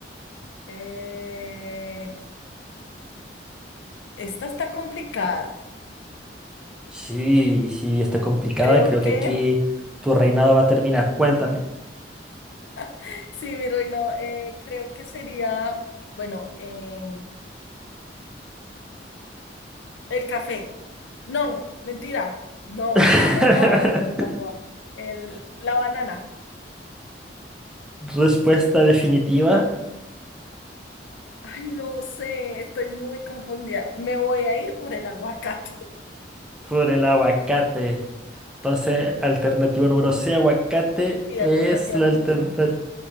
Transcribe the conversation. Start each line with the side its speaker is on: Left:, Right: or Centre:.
Left: Eh, esta está complicada.
Centre: Sí, sí, está complicada.
Left: Creo
Centre: Creo
Left: que,
Centre: que aquí tu reinado va a terminar. Cuéntame.
Left: <laughs> sí, mi reino, eh, creo que sería, bueno, em, el café. No, mentira. No,
Centre: <laughs>
Left: no, no, a ver, tampoco. El, la banana.
Centre: Respuesta definitiva
Left: Ay, no sé, estoy muy confundida. Me voy a ir por el aguacate. <laughs>
Centre: por el aguacate. Entonces, alternativa número C, aguacate,
Left: Y
Centre: es
Left: alternativa
Centre: la
Left: número
Centre: alternativa.
Left: C.